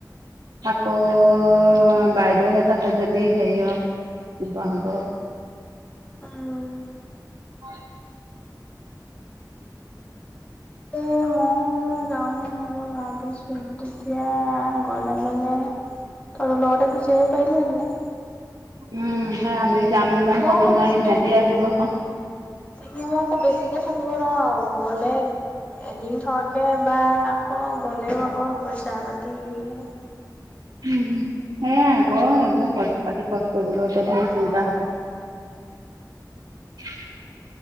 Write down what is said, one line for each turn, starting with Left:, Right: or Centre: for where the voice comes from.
Right: আকৌ অ বাইদেউহেতাহে যদি হেৰি অ শিৱসাগৰ
Left: উম
Right: হয়
Left: এ ম মই যাওঁনে নযাওঁ ভাবিছো তেতিয়া গলে মানে তোৰ লগতে গুচি আহিব পাৰিলো হেতনে
Right: উম সে আমি যাম নেযাম ক'ব
Left: আকৌ
Right: নোৱাৰিম
Left: বেছিকে
Right: সিহঁতি আহিব আকৌ
Left: তাকে মই আকৌ বেছিকে থাকিব নোৱাৰো গ'লে এদিন থকাকে বা আকৌ গ'লেও অ পইচা পাতিৰ হিৰি ন
Right: উম সেয়াই আকৌ এইবোৰ পইচা পাতি খৰচ কৰিবলৈ এতিয়া ধৰ চিন্তা <unintelligible>